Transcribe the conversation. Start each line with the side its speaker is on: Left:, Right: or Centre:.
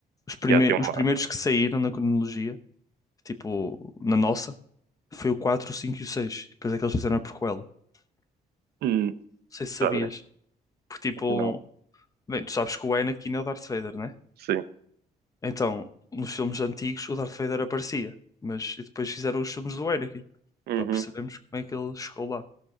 Left: os primeiros,
Right: Já tem uma.
Left: os primeiros que saíram na cronologia, tipo, na nossa. Foi o 4, o 5 e o 6. Depois é que eles fizeram a prequela. Não
Right: Hum.
Left: sei se sabias.
Right: Sabe?
Left: Porque tipo,
Right: Não.
Left: bem, tu sabes que o Anakin é o Darth Vader, né?
Right: Sim.
Left: Então, nos filmes antigos o Darth Vader aparecia, mas e depois fizeram os filmes do Anakin
Right: Uhum.
Left: para percebermos como é que ele chegou lá.